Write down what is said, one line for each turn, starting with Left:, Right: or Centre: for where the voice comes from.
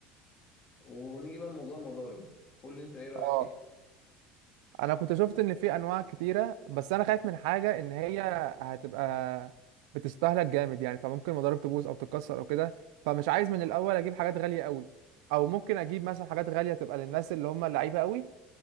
Left: ونيجي بقى لموضوع المضارب قول لي انت ايه رأيك
Right: اه
Left: فيه؟
Right: انا كنت شفت ان في انواع كتيره بس انا خايف من حاجه ان هي هتبقى بتستهلك جامد يعني فممكن المضارب تبوظ او تتكسر او كده فمش عايز من الاول اجيب حاجات غاليه قوي او ممكن اجيب مثلا حاجات غاليه تبقى للناس اللي هم اللعيبه قوي